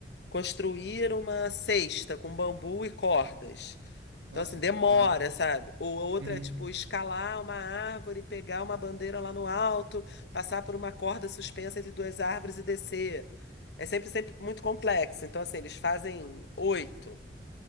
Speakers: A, on the left; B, on the right.
A: construir uma cesta com bambu e cordas.
B: Nossa.
A: Então, assim, demora,
B: Aham.
A: sabe? Ou a outra
B: Uhum.
A: é, tipo, escalar uma árvore, pegar uma bandeira lá no alto, passar por uma corda suspensa entre duas árvores e descer. É sempre, sempre muito complexo. Então, assim, eles fazem oito